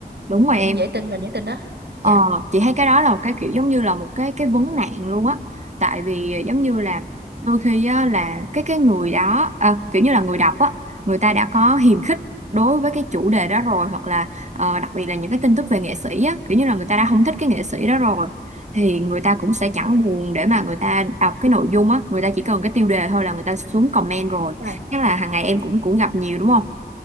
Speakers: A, on the right; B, on the right.
A: đúng rồi
B: cũng
A: em
B: dễ tin vào những tin đó
A: ờ,
B: dạ
A: chị thấy cái đó là một cái kiểu giống như là một cái cái vấn nạn luôn á tại vì giống như là đôi khi á, là cái cái người đó à, kiểu như là người đọc á người ta đã có hiềm khích đối với cái chủ đề đó rồi hoặc là ờ, đặc biệt là những cái tin tức về nghệ sĩ á kiểu như là người ta đã không thích cái nghệ sĩ đó rồi thì người ta cũng sẽ chẳng buồn để mà người ta đọc cái nội dung á người ta chỉ cần cái tiêu đề thôi là người ta xuống comment rồi
B: Wow.
A: chắc là hàng ngày em cũng cũng gặp nhiều đúng không